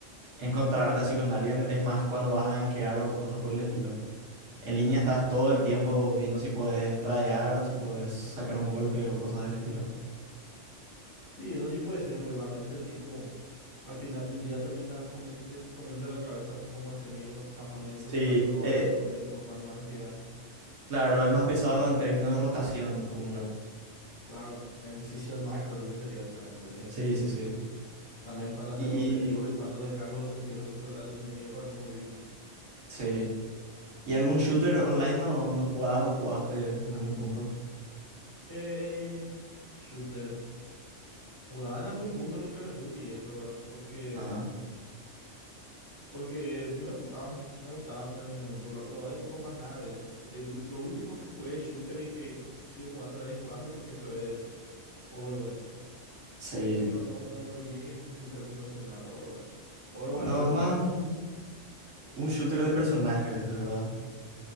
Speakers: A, on the right; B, on the left.
A: encontrarte así con alguien, es más cuando vas a gankear o cosas por el estilo. En línea estás todo el tiempo viendo si podés tradear, si podés sacar un golpe o cosas del estilo.
B: Sí, eso sí puede ser, pero igualmente, tipo, al final del día termina comiéndote, comiéndote la cabeza cómo hacer bien los campamentos,
A: Sí,
B: cuándo robar
A: eh,
B: los campamentos, cuándo van a quedar.
A: claro, es más pesado en términos de rotación, jungla.
B: Claro, en decisión macro lo que sería realmente, sí.
A: Sí, sí, sí.
B: También cuándo hacer
A: Y
B: los objetivos y cuándo dejar los objetivos al otro, al enemigo para no morir nomás.
A: sí. ¿Y algún shooter online no, no jugabas o jugaste en algún punto?
B: Eh, shooter. Jugaban en algún punto los Call of Duty, eso, ¿verdad? Porque
A: Ajá.
B: Porque me gustaban, me gustaban en el momento, bro, pero ahora ya no juego más nada de eso. El, lo último que jugué shooter y que sigo jugando de vez en cuando, por ejemplo, es Overwatch.
A: Sí.
B: Pero no, no, no diría que es un shooter convencional Overwatch. Overwatch
A: No,
B: dos
A: es más
B: ¿verdad?
A: un, un shooter de personajes, es verdad.